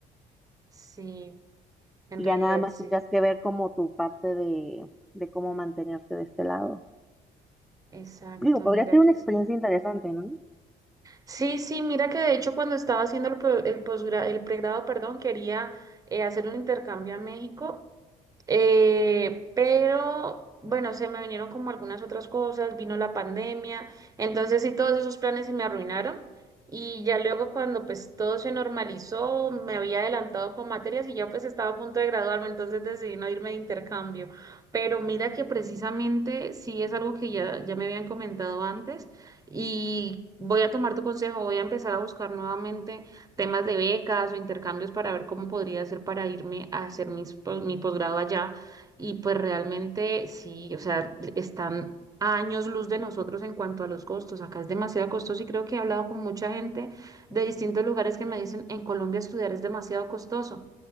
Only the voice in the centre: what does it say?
y
ya nada más
tendrías que ver como tu parte de, de cómo mantenerte de este lado.
Digo, podría
ser
una experiencia
interesante, ¿no?